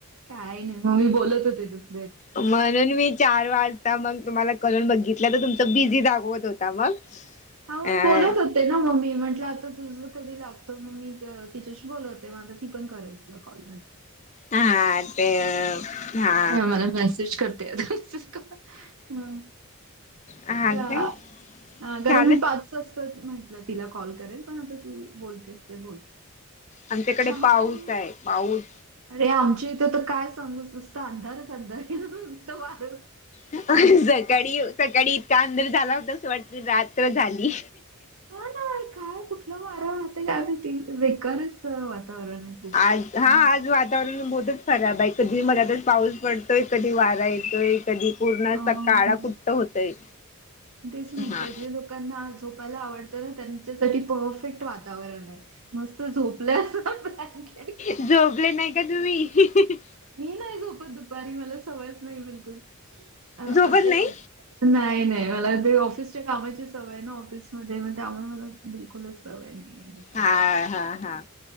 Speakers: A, on the right (about 75°); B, on the left (about 30°).
A: काही नाही मी बोलत होते तस.
B: म्हणून मी. चार वाजता मग तुम्हाला करून बघितलं तर तुमच बिझी दागवत होता मग
A: हा
B: अ
A: मी बोलत होते. ते ना मम्मी म्हटलं आता तुझं कधी लागतो मममी तिच्याशी बोलवते म आता ती पण करत. क.
B: हा ते हा.
A: ह मला मेसेज करते आता. हम
B: हा
A: का.
B: काय
A: कारण
B: झालं
A: मी पाच वाजता म्हटलं तिला कॉल करेल पण आता तू बोलतेस तर बोल.
B: आमच्याकडे
A: चहा-पाणी?
B: पाऊस आहे पाऊस.
A: अरे आमच्या इथं तर काय सांगू नुसतं अंधारच अंधार आहे नुसत वार.
B: अ जा. कडी सकाळी इतका अंधर झाला होताच वाट रात्र झाली.
A: ह ना काय कुठलं वारं वाहतय काय माहीती बेकारच वातावरण आहे. खूप.
B: आज हा
A: हं.
B: आज वातावरण बद. खराब आहे कधी मलातर पाऊस पडतोय कधी वारा येतोय. कधी पूर्ण
A: अ,
B: असा काळाकुट्ट होतय.
A: तेच म्हंटलं
B: हा
A: जे लोकांना झोपायला आवडतं ना त्यांच्यासाठी परफेक्ट वातावरण आहे. मस्त झोपल्या. <unintelligible>
B: झोपले नाही का तुम्ही? हि हि हि.
A: मी नाही झोपत दुपारी मला सवयच नाही बिलकुल. अंह
B: झोपत
A: आत्ताही.
B: नाही
A: नाही नाही. मला ते ऑफिसच्या कामाची सवय ना ऑफिसमध्ये मग त्यामुळे मला बिलकुलच सवय नाहीये. दुपारची.
B: हा हा हा.